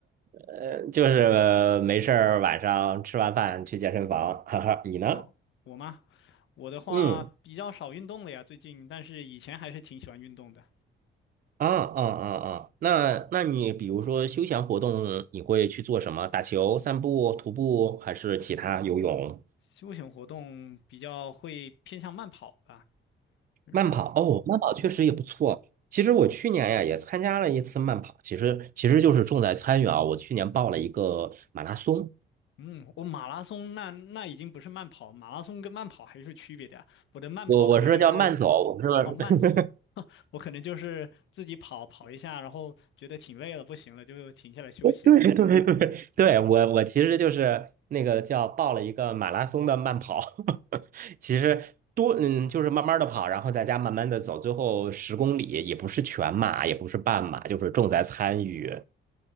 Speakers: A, on the right (about 45°); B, on the left (about 75°).
A: 呃，就是没事儿，晚上吃完饭去健身房。<laughs> 哈哈，你呢？
B: 哦，我吗？我的话比较少运动了呀，
A: 嗯，
B: 最近，但是以前还是挺喜欢运动的，
A: 啊啊啊啊，那那你比如说休闲活动，你会去做什么？打球、散步、徒步，还是其他游泳、
B: 休闲活动比较会偏向慢跑吧，就是。
A: 慢跑？哦，慢跑确实也不错。
B: 嗯。
A: 其实我去年呀也参加了一次慢跑，其实其实就是重在参与啊。我去年报了一个马拉松。
B: 嗯，我马拉松那那已经不是慢跑，马拉松跟慢跑还是有区别的呀。我的慢跑可能就是
A: 我我说叫慢走，我说
B: 哦慢走，
A: <laughs>
B: <laughs> 我可能就是自己跑跑一下，然后觉得挺累了，不行了就停下来休息了。
A: 对对对 <laughs> 对，我我其实就是那个叫报了一个马拉松的慢跑，<laughs> 其实多嗯就是慢慢的跑，然后在家慢慢的走，最后十公里也不是全马，也不是半马，就是重在参与。
B: 嗯，